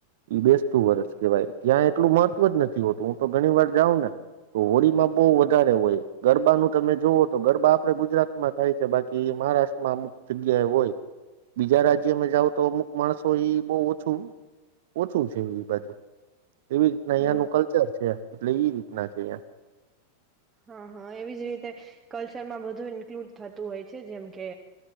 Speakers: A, on the right (about 55°); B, on the right (about 20°).
A: બેસતું વરષ કહેવાય ત્યાં એટલું મહત્વ જ નથી હોતું હું તો ઘણી વાર જાઉં ને, તો હોળીમાં બહુ વધારે હોય ગરબાનું તમે જોવો તો ગરબા આપે ગુજરાત માં થાય છે, બાકી મહારાષ્ટ્રમાં અમુક જગ્યાએ હોય. બીજા રાજ્યમાં જાવ તો અમુક માણસો એ બો ઓછું, ઓછું છે એ બાજુ એવીજ રીતના અહિયાનું
B: હા
A: કલ્ચર છે. એટલે એ રીતના છે, અહીંયા
B: હા હા એવીજ રીતે કલ્ચરમાં બધું ઈન્ક્લુડ થતું હોય છે, જેમકે